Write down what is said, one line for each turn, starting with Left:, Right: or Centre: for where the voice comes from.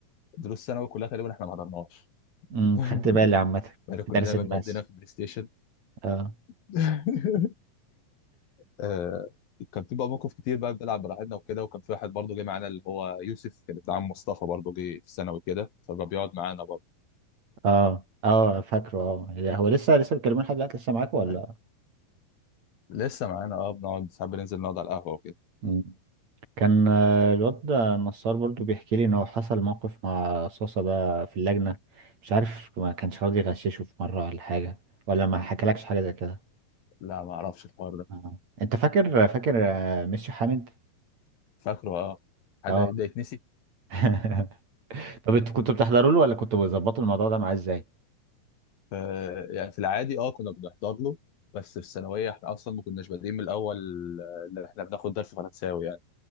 Left: دروس ثانوي كلها تقريبا احنا ما حضرناش
Right: امم
Left: <laughs>
Right: خدت بالي عامة
Left: يعني
Right: في
Left: كنا
Right: درس
Left: دايما
Right: الماس
Left: مقضينا في البلاي ستيشن
Right: اه
Left: <laughs> آه، كان في بقى موقف كتير بقى بنلعب براحتنا وكده وكان في واحد برضه جه معانا اللي هو يوسف كان ابن عم مصطفى برضه جه في ثانوي كده فبقى بيقعد معانا برضه
Right: اه اه فاكره اه هي- هو لسه لسه بيتكلمون لحد دلوقتي لسه معاكوا ولا
Left: يعني لسه معانا اه بنقعد ساعات بننزل نقعد على القهوه وكده
Right: مم. كان آه، الواد ده النصار برضو بيحكي لي ان هو حصل موقف مع صوصة ده في اللجنة مش عارف ما كانش راضي يغششه في مرة ولا حاجة ولا ما حكالكش حاجة زي كده
Left: لا ما اعرفش الحوار ده
Right: اه انت فاكر فاكر آه، ميسيو حامد
Left: فاكره اه حد
Right: اه
Left: ده يتنسي <laughs>
Right: <laughs> طب انتوا كنتوا بتحضروا له ولا كنتوا بتظبطوا الموضوع ده معاه ازاي
Left: ف- يعني في العادي اه كنا بنحضر له بس في الثانويه احنا اصلا ما كناش بادئين من الاول آه، اللي احنا بناخد درس فرنساوي يعني